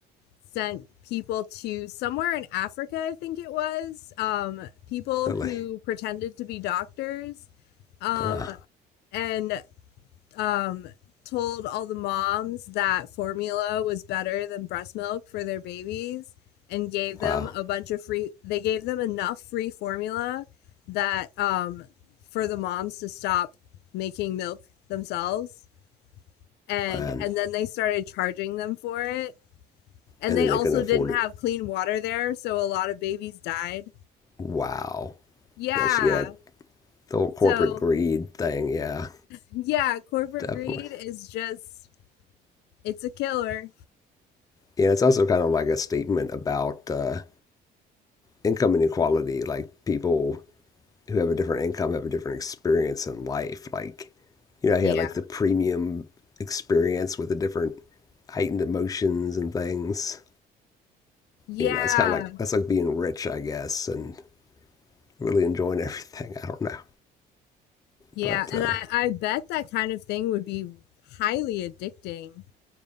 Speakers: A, on the left; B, on the left.
A: sent people to somewhere in Africa, I think it was, um people
B: really,
A: who pretended to be doctors. Um
B: uh,
A: and um, told all the moms that formula was better than breast milk for their babies and gave them
B: wow,
A: a bunch of free they gave them enough free formula that um, for the moms to stop making milk themselves and
B: and
A: and then they started charging them for it and
B: and
A: they
B: then they
A: also
B: couldn't afford
A: didn't have
B: it.
A: clean water there so a lot of babies died
B: Wow,
A: yeah
B: that's yeah, the whole corporate
A: so
B: greed thing. Yeah,
A: yeah corporate
B: definitely.
A: greed is just it's a killer
B: Yeah, it's also kind of like a statement about uh, income inequality. Like people who have a different income have a different experience in life. Like, you know, he
A: Yeah.
B: had like the premium experience with the different heightened emotions and things.
A: yeah
B: You know, it's kind of like that's like being rich, I guess, and really enjoying <laughs> everything. I don't know,
A: Yeah,
B: but
A: and
B: uh,
A: I, I bet that kind of thing would be highly addicting.